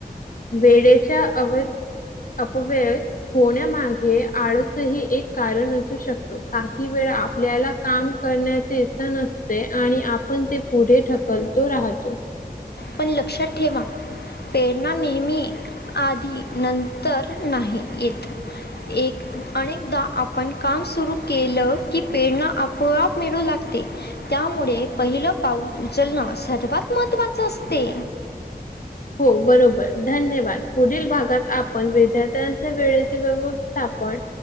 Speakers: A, on the left; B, on the left.
A: वेळेच्या अव अपव्यय होण्यामागे आळस ही एक कारण असू शकतो. काही वेळा आपल्याला काम करण्याची इच्छा नसते. आणि आपण ते पुढे ढकलतो राहतो.
B: पण लक्षात ठेवा प्रेरणा नेहमी आधी नंत तर नाही येत. एक अनेकदा आपण काम सुरू केलं की प्रेरणा आपोआप मिळू लागते. त्यामुळे पहिलं पाऊल उचलणं सर्वात महत्त्वाचं असते.
A: हो बरोबर धन्यवाद पुढील भागात आपण विद्यार्थ्यांचे वेळेचे व्यवस्थापन